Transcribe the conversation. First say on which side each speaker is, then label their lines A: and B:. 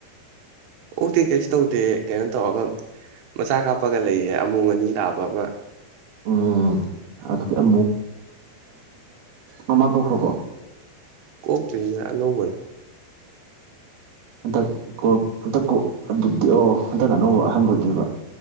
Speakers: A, on the right; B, on the right.
A: ꯑꯣꯇꯦ ꯀꯩꯁꯨ ꯇꯧꯗꯦ ꯀꯩꯅꯣ ꯇꯧꯔꯒ ꯃꯆꯥ ꯀꯥꯞꯄꯒ ꯂꯩꯌꯦ ꯑꯃꯨ ꯑꯅꯤ ꯇꯥꯕ ꯑꯃ
B: ꯎꯝ ꯀꯌꯥ ꯃꯃꯥꯡ ꯀꯣꯛꯈꯔ꯭ꯕꯣ
A: ꯀꯣꯛꯇ꯭ꯔꯤꯗ ꯑꯅꯧꯕꯅꯤ
B: ꯍꯟꯗꯛ ꯀꯣꯜ ꯀꯛꯊꯠꯀꯣ ꯑꯗꯨꯗꯤ ꯑꯣ ꯍꯟꯇꯛꯅ ꯑꯅꯧꯕ ꯑꯍꯥꯟꯕ ꯑꯗꯨꯅꯦꯕ